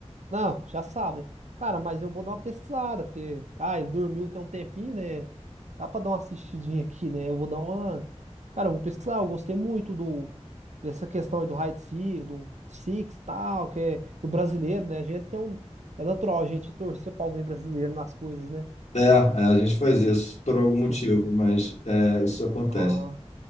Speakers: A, on the right (about 80°); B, on the left (about 75°).
A: Não, já sabe. né? Cara, mas eu vou dar uma pesquisada, porque. Ah, ele dormiu tem um tempinho, né? Dá pra dar uma assistidinha aqui, né? Eu vou dar uma. Cara, eu vou pesquisar. Eu gostei muito do dessa questão aí do hide seek, do Six e tal, que é do brasileiro, né? A gente tem um. É natural a gente torcer pra alguém brasileiro nas coisas, né?
B: É, é, a gente faz isso por algum motivo,
A: Uhum.
B: mas é, isso acontece.
A: Aham.